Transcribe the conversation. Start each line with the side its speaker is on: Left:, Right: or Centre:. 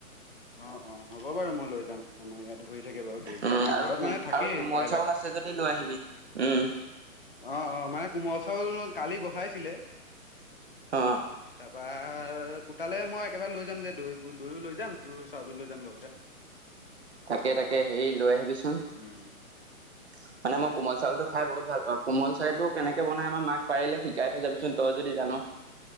Left: অ অ হ'ব বাৰু মই লৈ যাম আমাৰ ইয়াতো। বি থাকে বাৰু দইতটো
Right: উম
Left: আমাৰ
Right: আৰু
Left: ঘৰত
Right: কোম
Left: মানে থাকেই
Right: আৰু কোমল
Left: প্ৰায়ভাগ।
Right: চাউল আছে যদি লৈ আহিবি। উম।
Left: অঁ, অঁ। মানে কোমল চাউল কালি বহাইছিলে।
Right: অ',
Left: তাৰপা ৰ কোতালে মই একেবাৰে লৈ যাম যে দৈ দৈও লৈ যাম তোৰ চাউলো লৈ যাম লগতে।
Right: তাকে তাকে হেৰি লৈ আহিবিচোন মানে
Left: উম,
Right: মই কোমল চাউলতটো খাই বহুত ভাল। ত কোমল চাৰিতটো কেনেকে বনাই আমাৰ মাক পাৰিলে শিকাই থৈ যাবিচোন তই যদি জান।